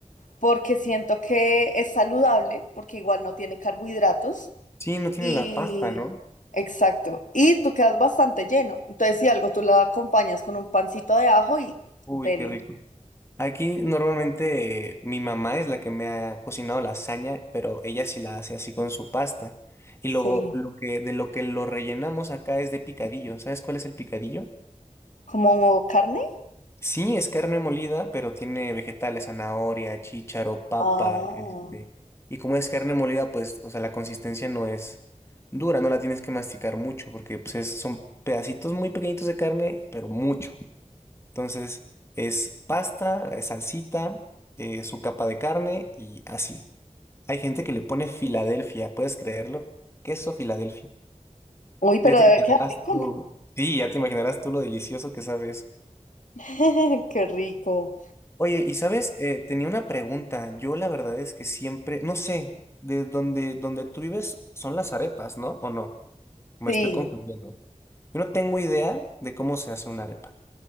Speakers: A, on the left (about 80°); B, on the left (about 20°).
A: porque siento que es saludable, porque igual no tiene carbohidratos
B: Sí, no tiene
A: y...
B: la pasta, ¿no?
A: Exacto. Y tú quedas bastante lleno. Entonces, si algo tú la acompañas con un pancito de ajo y
B: Uy,
A: deli.
B: qué rico. Aquí normalmente eh, mi mamá es la que me ha cocinado lasaña, pero ella sí la hace así con su pasta. Y
A: Sí.
B: luego lo que, de lo que lo rellenamos acá es de picadillo. ¿Sabes cuál es el picadillo?
A: ¿Como carne?
B: Sí, es carne molida, pero tiene vegetales, zanahoria, chícharo, papa,
A: Ah.
B: este. Y como es carne molida, pues, o sea, la consistencia no es dura, no la tienes que masticar mucho, porque pues, es- son pedacitos muy pequeñitos de carne, pero mucho. Entonces es pasta, eh, salsita, eh, su capa de carne y así. Hay gente que le pone Filadelfia, ¿puedes creerlo? Queso Filadelfia.
A: Uy, pero
B: Ya te
A: debe
B: imaginarás
A: quedar rico,
B: tú.
A: ¿no?
B: Sí, ya te imaginarás tú lo delicioso que sabe eso.
A: <laughs> Qué rico.
B: Oye, y sabes, Eh, tenía una pregunta. Yo la verdad es que siempre, no sé, de donde, donde tú vives son las arepas, ¿no? ¿O no? Me
A: Sí,
B: estoy confundiendo. Yo no tengo idea de cómo se hace una arepa.